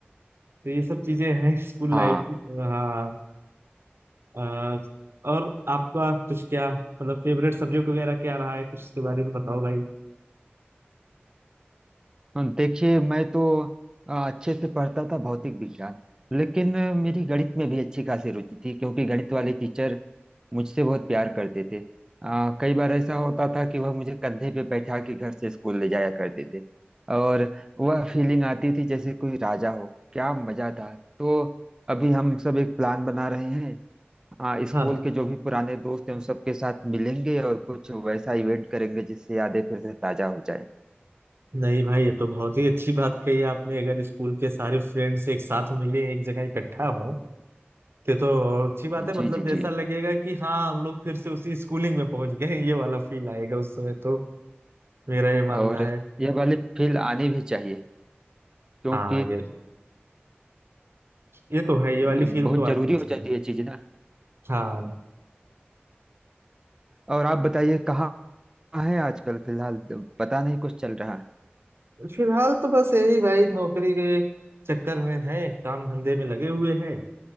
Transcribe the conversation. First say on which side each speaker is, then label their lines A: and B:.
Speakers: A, on the right (about 75°); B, on the right (about 20°).
A: तो ये सब चीजें हैं स्कूल
B: हाँ
A: लाइफ की हाँ अ, और आपका कुछ क्या मतलब फेवरेट सब्जेक्ट वगैरह क्या रहा है कुछ इसके बारे में बताओ भाई
B: हाँ, देखिए मैं तो आ, अच्छे से पढ़ता था भौतिक विज्ञान लेकिन आ, मेरी गणित में भी अच्छी खासी रुचि थी क्योंकि गणित वाले टीचर मुझसे बहुत प्यार करते थे आ, कई बार ऐसा होता था कि वह मुझे कंधे पे बैठा के घर से स्कूल ले जाया करते थे और वह फीलिंग आती थी जैसे कोई राजा हो क्या मजा था तो अभी हम सब एक प्लान बना रहे हैं आ, स्कूल
A: हाँ
B: के जो भी पुराने दोस्त हैं उन सबके साथ मिलेंगे और कुछ वैसा इवेंट करेंगे जिससे यादें फिर से ताजा हो जाए
A: नहीं भाई ये तो बहुत ही अच्छी बात कही आपने अगर स्कूल के सारे फ्रेंड्स एक साथ मिले एक जगह इकट्ठा हो ये तो और अच्छी बात है मतलब
B: जी जी
A: जैसा
B: जी
A: लगेगा कि हाँ हम लोग फिर से उसी स्कूलिंग में पहुंच गए हैं, ये वाला फील आएगा उस समय तो मेरा ये मानना
B: और
A: है
B: यह वाली फील आनी भी चाहिए क्योंकि
A: हाँ ये ये तो है ये वाली
B: बहुत
A: फील तो
B: जरूरी
A: आनी ही
B: हो
A: चाहिए
B: जाती है चीज ना
A: हाँ
B: और आप बताइए कहाँ है आजकल फिलहाल पता नहीं कुछ चल रहा है
A: फिलहाल तो बस यही भाई नौकरी के चक्कर में है काम धंधे में लगे हुए हैं